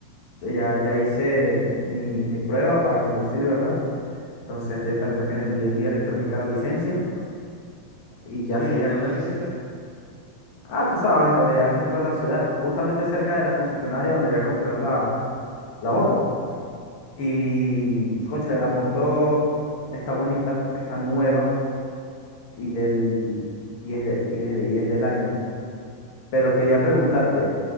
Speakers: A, on the left; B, on the right.
A: eh, Ya, ya hice mi, mi prueba para conducir, ¿verdad? Entonces estoy esperando que me envíen vía electrónica la licencia y
B: Sí,
A: ya sería
B: ¿dónde
A: cuestión...
B: la hiciste?
A: Ah, tú sabes, para allá al centro de la ciudad, justamente cerca de la concesionaria donde voy a comprar la, la moto. Y, cónchale, la moto está bonita, está nueva y, del, y, es de- y, es- y es del año. Pero quería preguntarte,